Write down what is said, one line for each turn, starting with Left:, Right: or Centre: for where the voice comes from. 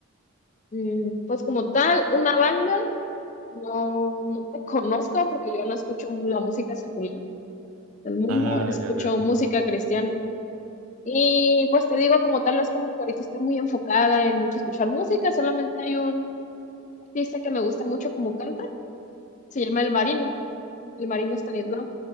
Left: mm, pues como tal, una banda. No, no te conozco porque yo no escucho la música secular del mundo,
Right: Ah,
Left: escucho
Right: ya veo.
Left: música cristiana. Y pues te digo, como tal, no es como que ahorita estoy muy enfocada en mucho escuchar música, solamente hay un artista que me gusta mucho como canta, se llama El Marino, El Marino Stanislao.